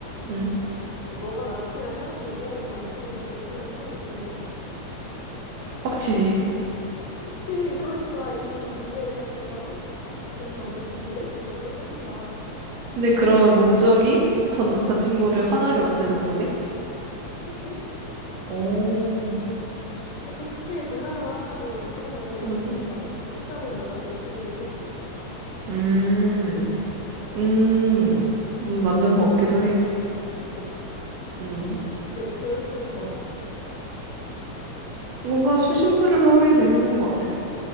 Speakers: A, on the right; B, on the left.
A: 응.
B: 어, 너가 남친이랑 헤어졌는데 걔 남친이 네 절친이랑 사귀면 어떻냐고.
A: 빡치지.
B: 그치. 그러니까 이 문제에 대한 정답은 전 남자친구의 절친과 사귄다.
A: 근데 그러면 목적이 전 남자친구를 화나게 만드는 거네?
B: 그치?
A: 오.
B: 그러니까 그둘 중에 골라야만 한다면 그건 내가 잃을
A: 응.
B: 게 없잖아. 근데 후자는 내가 절친을 잃을 수도 있잖아.
A: 음. 음. 음, 맞는 거 같기도 해.
B: 그치?
A: 음.
B: 근데 밸런스 게임 좋아해?
A: 뭔가 심심풀이로 하긴 재밌는 것 같아.